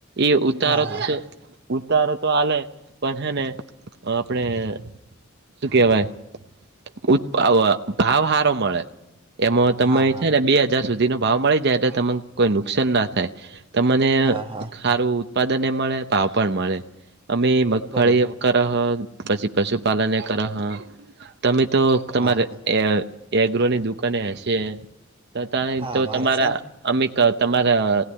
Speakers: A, on the right; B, on the right.
A: એ ઉતાર
B: હા હા
A: જ છે. ઉતારો તો આલે પણ હેને આપણેે શું કેવાય ઉ ભાવહારો મળે એમાં તમે
B: હા હા
A: થાય ને બે હજાર સુધીનો ભાવ મળી જાય એટલે તને કોઈ નુકસાન ના થાય. તમને
B: હા હા
A: સારું ઉત્પાદન એ મળે ભાવ પણ મળે અમે મગફળી
B: બરોબર
A: પછી પશુપાલન કર હો તમે તો તમારે
B: હા હા
A: એગ્રોની દુકાને હશે ત તા
B: હા
A: ન તો
B: મારે
A: તમારા
B: છે ને
A: અમેક તમારા